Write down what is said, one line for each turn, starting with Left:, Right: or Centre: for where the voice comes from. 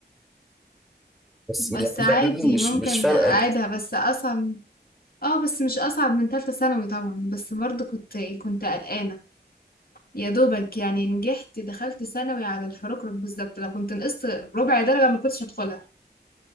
Centre: بس
Left: بس
Centre: يعني
Left: عادي
Centre: في إعدادي مش
Left: ممكن
Centre: مش فارقة
Left: اعيدها بس اصعب اه بس مش اصعب من تالتة ثانوي طبعا بس برضو كنت كنت قلقانة يا دوبك يعني نجحت دخلت ثانوي على الحركرك بالظبط لو كنت نقصت ربع درجة ما كنتش هدخلها